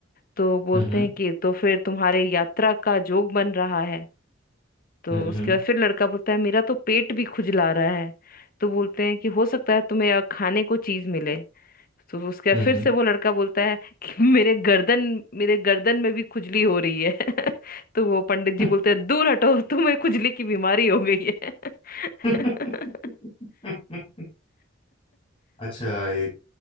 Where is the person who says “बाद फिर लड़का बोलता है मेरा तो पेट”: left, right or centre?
Left